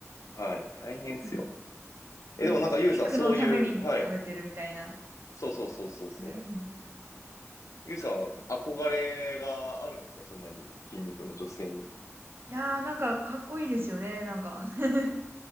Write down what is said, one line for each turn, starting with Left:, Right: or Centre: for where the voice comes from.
Left: はい。大変ですよ。
Right: うん
Left: え、
Right: もう筋肉のために食べてるみたいな。
Left: でもなんかゆうさん、そういう、はい。そうそうそうそうそ
Right: うん
Left: う。ゆうさん、憧れがあるんですかそんなに筋肉の女性に。
Right: いやー、なんかかっこいいですよね、なんか。<laughs>